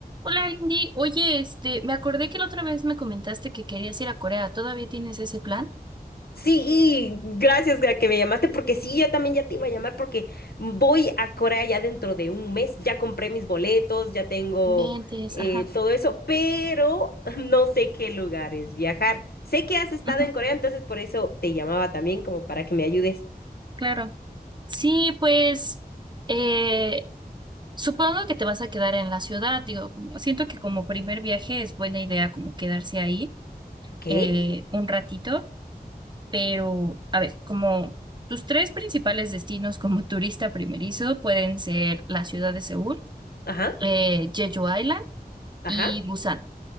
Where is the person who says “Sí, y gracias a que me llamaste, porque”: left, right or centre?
Left